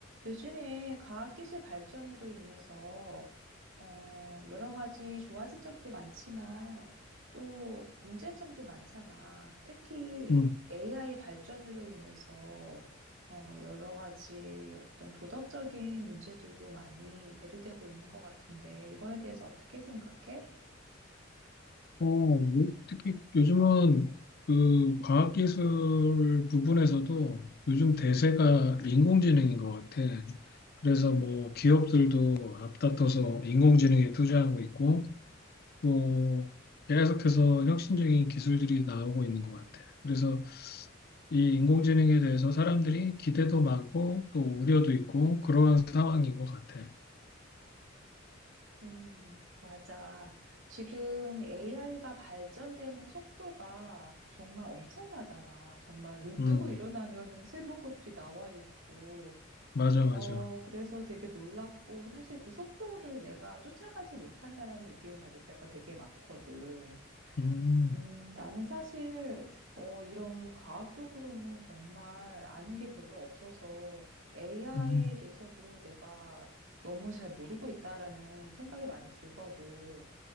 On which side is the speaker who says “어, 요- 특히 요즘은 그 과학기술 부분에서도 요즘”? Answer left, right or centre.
Left